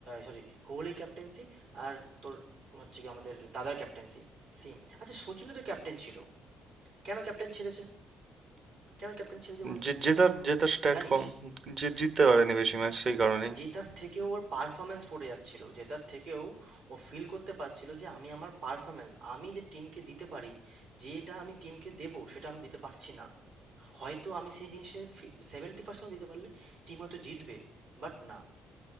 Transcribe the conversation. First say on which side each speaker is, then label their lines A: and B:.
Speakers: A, on the right; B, on the right.
A: সরি কোহলির ক্যাপ্টেন্সি আর তোর হচ্ছে কি আমাদের দাদার ক্যাপ্টেন্সি সেম। আচ্ছা সচিনও তো ক্যাপ্টেন ছিল। কেন ক্যাপ্টেন ছেড়েছে? কেন ক্যাপ্টেন ছেড়েছে বলতো?
B: যে যে তার যে তার স্ট্যাট
A: জানিস?
B: কম, যে জিততে পারেনি বেশি ম্যাচ সেই কারণেই।
A: জেতার থেকেও ওর পারফরমেন্স পড়ে যাচ্ছিল জেতার থেকেও ও ফিল করতে পারছিল যে আমি আমার পারফরমেন্স আমি যে টিমকে দিতে পারি যেটা আমি টিমকে দেবো সেটা আমি দিতে পারছি না হয়তো আমি সেই জিনিসের সেভেন্টি পার্সেন্ট দিতে পারলে টিম হয়তো জিতবে বাট না